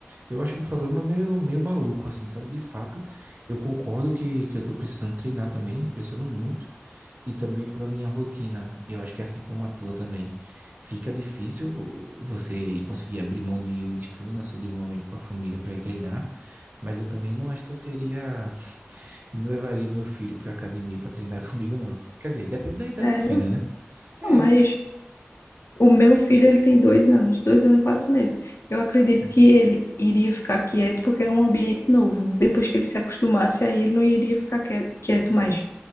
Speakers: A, on the right; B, on the left.
A: Eu acho um programa meio, meio maluco, assim, sabe? De fato, eu concordo que, que eu tô precisando treinar também, precisando muito, e também pela minha rotina. Eu acho que assim como a tua também, fica difícil você conseguir abrir mão de um descanso, de um momento com a família pra ir treinar, mas eu também não acho que eu seria. Não levaria meu filho pra academia pra treinar <laughs> comigo, não. Quer dizer, depende da
B: Sério?
A: idade do filho, né? É.
B: Não, mas O meu filho, ele tem dois anos, dois anos e quatro meses. Eu acredito
A: hum.
B: que ele iria ficar quieto porque é um ambiente novo. Depois que ele se acostumasse, aí ele não iria ficar quie- quieto mais.